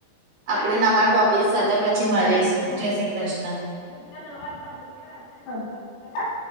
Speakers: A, on the right (about 55°); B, on the left (about 75°).
A: આપણે નવા ટોપિક સાથે પછી મળીશું જય શ્રી કૃષ્ણ.
B: બીજા નવા ટોપિક પર આપણે હાભળ તો ખરા.